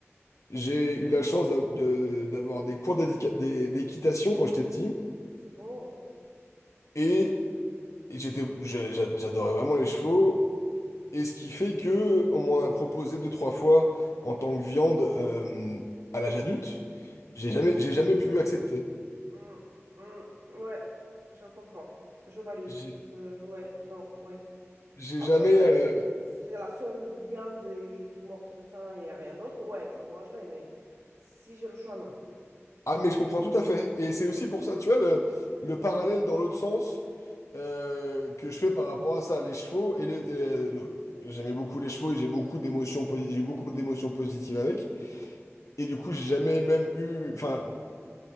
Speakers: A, on the left; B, on the right.
A: j'ai eu la chance d'a- de- d'avoir des cours d'édica- d'é- d'équitation quand j'étais petit.
B: C'est beau.
A: Et j'étais, j'a- j'a- j'adorais vraiment les chevaux. Et ce qui fait que on m'en a proposé deux, trois fois en tant que viande euh, à l'âge adulte. J'ai jamais, j'ai jamais pu
B: Mm,
A: accepter.
B: mm, mm. Ouais, je comprends. Je valide.
A: J'ai
B: Je, ouais, non, ouais.
A: j'ai
B: Après,
A: jamais.
B: euh,
A: euh,
B: si si c'est la seule viande et je suis morte de faim et y a rien d'autre, ouais, je mangerai, mais si j'ai le choix, non.
A: Ah, mais je comprends tout à fait. Et c'est aussi pour ça, tu vois, le, le parallèle dans l'autre sens euh, que je fais par rapport à ça, les chevaux et les. euh, le- J'aimais beaucoup les chevaux et j'ai beaucoup d'émotions, posi- j'ai eu beaucoup d'émotions positives avec. Et du coup, j'ai jamais même eu. Enfin,